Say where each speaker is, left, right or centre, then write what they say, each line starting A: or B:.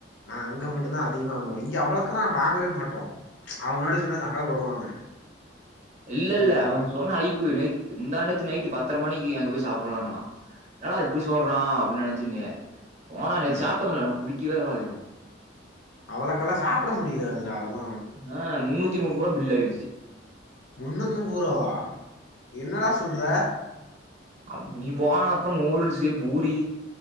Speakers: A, on the left (about 65°); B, on the right (about 35°).
A: அ அங்க மட்டு தா அதிகமா வாங்குவோ இங்க அவ்ளோக்கெல்லா வாங்கவே மாட்டோ அவ முன்னாடி சொன்னா சங்கட படுவா அவ
B: இல்லல்ல
A: புரிஞ்சுதா
B: அவ சொன்ன ஐப்பு நேத் து முந்தா நேத்து நைட் பத்தர மணிக்கி அங்க போய் சாப்டலான்னா என்னடா இப்டி சொல்றா அப்டின் நெனச்சிருந்தே போனா
A: ஆ
B: சாப்ட்டோம்ல எனக்கு புடிக்கவே இல்லடா இது
A: அவளக்கெல்லா சாப்ட முடியாதுடா அதுல்லா
B: அ முன்னூத்தி முப்புருவா பில் ஆய்டுச்சி
A: முன்னூத்தி முப்பருவாவா என்னடா சொல்ற
B: அம் நீ போன அப்றோ நூடுல்சு பூரி